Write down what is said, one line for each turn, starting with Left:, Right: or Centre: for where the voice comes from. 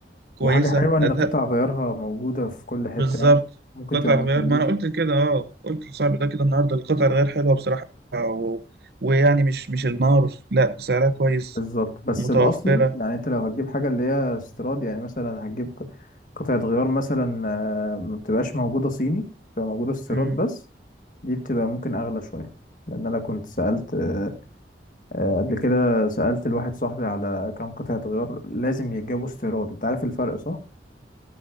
Right: كويسة
Left: وحاجة حلوة ان
Right: أداء
Left: قطع غيارها موجودة في كل حتة
Right: بالظبط
Left: يعني ممكن
Right: قطع
Left: تبقى مكلفة
Right: الغيار ما أنا قلت كده اه قلت لصاحبي ده كده النهاردة القطع الغيار حلوة بصراحة و... ويعني مش مش النار لا سعرها كويس
Left: بالظبط بس
Right: متوفرة
Left: الاصلي يعني انت لو هتجيب حاجة اللي هي استيراد يعني مثلا هتجيب ق- قطعة غيار مثلا آه، ما بتبقاش موجودة صيني بتبقى موجودة استيراد
Right: مم.
Left: بس دي بتبقى ممكن اغلى شوية لان انا كنت سألت آه، آه، قبل كده سألت الواحد صاحبي على كام قطعة غيار لازم يتجابوا استيراد انت عارف الفرق صح؟